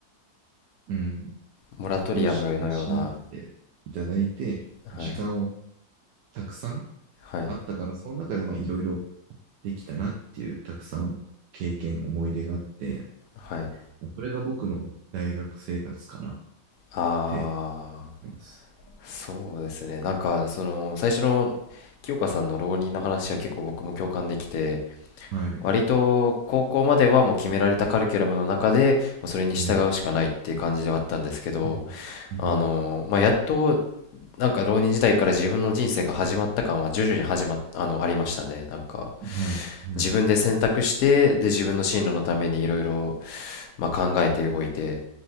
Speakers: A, on the right; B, on the left.
A: うん、
B: モラトリアムのような、
A: 両親に養っていただいて、
B: はい。
A: 時間をたくさん
B: はい、
A: あったから、その中でまあいろいろできたなっていう、たくさん経験、思い出があって、
B: はい。
A: それが僕の大学生活かなっ
B: ああ、
A: て思います。
B: そうですね。なんか、その、最初の清香さんの浪人の話は結構僕も共感できて、
A: はい。
B: 割と高校まではもう決められたカリキュラムの中で、まあそれに従うしかないっていう感じではあったんですけど、
A: うん。うん。うん
B: あの、まあ、やっと、なんか浪人時代から自分の人生が始まった感は徐々に始まっ、あの、ありましたね。なんか、
A: はい。はい。
B: 自分で選択して、で、自分の進路のためにいろいろ、まあ、考えて動いて、